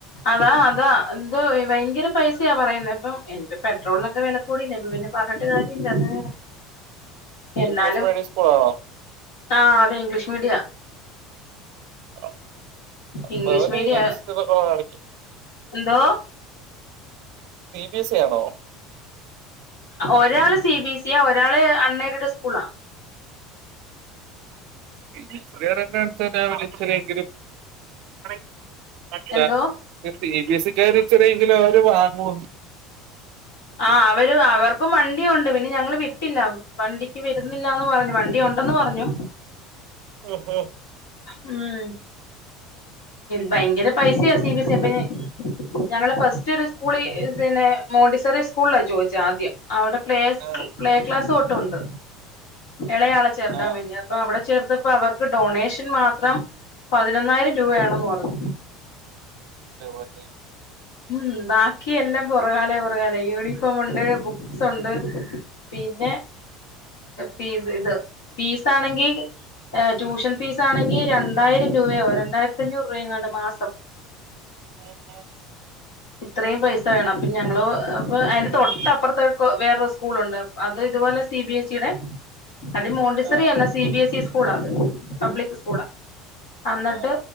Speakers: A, on the left; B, on the right.
A: അതാ അതാ എന്തോയ്യും ഭയങ്കര പൈസയാ പറയുന്നെ ഇപ്പ എന്റെ പെട്രോളിനൊക്കെ വെല കൂടില്ലെ പ്പ പിന്നെ പറഞ്ഞിട്ട് കാര്യല്ല അത് എന്നാലും
B: ഇംഗ്ലീഷ് മീഡിയം സ്കൂളാണോ
A: ആഹ് അതെ ഇംഗ്ലീഷ് മീഡിയ
B: ആ അപ്പൊ
A: ഇംഗ്ലീഷ്
B: അവര്
A: മീഡിയം
B: അതിനനുസരിച്ചുള്ള കുറവ് കാണിക്കും
A: എന്തോ
B: സി ബി എസ് ഇ ആണോ
A: ഒരാള് സി ബി സ്യ ഒരാള് അൺ എയ്ഡഡ് സ്കൂളാ
B: <unintelligible> വിളിച്ചെങ്കിലും <unintelligible>
A: എന്തോ
B: സി ബി എസ് ഇ ക്കാർ ഇചിരിം ലോരു വാങ്ങു
A: ആ അവര് അവർക്കും വണ്ടി ഉണ്ട് പിന്നെ ഞങ്ങള് വിട്ടില്ല വണ്ടിക്ക് വിടുന്നില്ലാന്ന് പറഞ്ഞു വണ്ടി ഉണ്ടെന്ന് പറഞ്ഞു
B: ഒ ഹോ
A: ഉം ഭയങ്കര പൈസയാ സി ബ എസ് ഇ അ പിന്നെ ഞങ്ങള ഫസ്റ്റ് ഒരു സ്കൂളി പിന്നെ മോണ്ടിസറി സ്കൂളില ചോയ്ച്ച ആദ്യം അവിടെ പ്ലേസ്
B: ആ
A: പ്ലേ ക്ലാസ് തൊ ട്ടൊണ്ട് എളയാളെ ചേർക്കാൻവേണ്ടി
B: ആ
A: അപ്പ അവടെ ചേർത്ത് ത്തപ്പം അവർക്ക് ഡൊണേഷൻ മാത്രം പതിനൊന്നായിരം രൂപയാണെന്ന് പറഞ്ഞു
B: ന്റ <unintelligible>
A: ഉം ബാക്കി എല്ലാം പുറകാലെ പുറകാലെ യൂണിഫോം ഉണ്ട് ബുക്സ് ഉണ്ട് പിന്നെ ഫീസ് ഫീസാണെങ്കി ട്യൂഷൻ ഫീസാണെങ്കിൽ രണ്ടായിരം രൂപയോ രണ്ടായിരത്തഞ്ഞൂറ് രൂപയങ്ങണ്ട് മാസം
B: എ ഏ
A: ഇത്രയും പൈസ വേണം അപ്പൊ ഞങ്ങള് ഇപ്പ അതിന് തൊട്ട അപ്പൊറത്ത വേറൊരു സ്കൂളുണ്ട് അത് ഇതുപോലെ സി ബി എസ് ഇ ടെ അത് മോണ്ടിസറി
B: ആ
A: അല്ലാ സി ബി എസ് ഇസ് സ്‌കൂളാ അത് പബ്ലിക് സ്കൂളാ എന്നിട്ട്
B: ആ